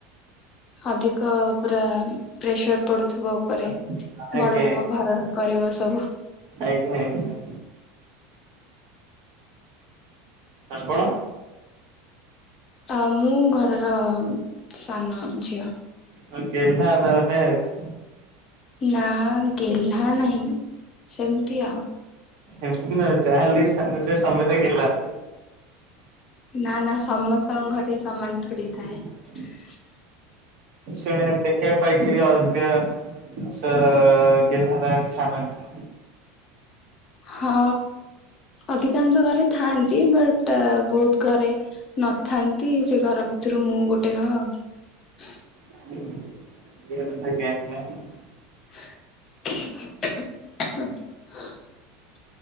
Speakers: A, on the left; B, on the right.
A: ଅଧିକ ପୁରା ପ୍ରେସର ପଡୁଥୁବ ଓପୋରେ।
B: ଆଜ୍ଞା ଆଜ୍ଞା
A: ବଡ ପୁଅ ଘରର କରିବ ସବୁ।
B: ଆଜ୍ଞା ଆଜ୍ଞା। ଆପଣ?
A: ଆ ମୁଁ ଘରର ସାନ ଝିଅ।
B: ହଁ ଗେହ୍ଲା ଏବେ ମାନେ ଆଉ।
A: ନାଁ ଗେହ୍ଲା ନାହିଁ ସେମତି ଆଉ।
B: ଏମତି ନୁହଁ ଯାହା ହେଲେ ବି ସାନ ଛୁଆ ସମତେ ଗେହ୍ଲା।
A: ନାଁ ନାଁ ସମସ୍ତଙ୍କ ଘରେ ସମାନ
B: <unintelligible>
A: ଥୋଡି <inaudible>
B: ଶୁଣିବା ଦେଖିବା କୁ ପାଇଚି ବି ଅଧିକା <unintelligible> ଗେହ୍ଲା ରୁହନ୍ତି ସାନ ଝିଅ।
A: ହଁ ଅଧିକାଂଶ ଘରେ ଥାଆନ୍ତି। ବଟ ତ ବହୁତ ଘରେ ନଥାନ୍ତି। ସେ ଘର ଭିତରୁ ମୁଁ ଗୋଟେ ଘ <inaudible>
B: <unintelligible>
A: <inaudible>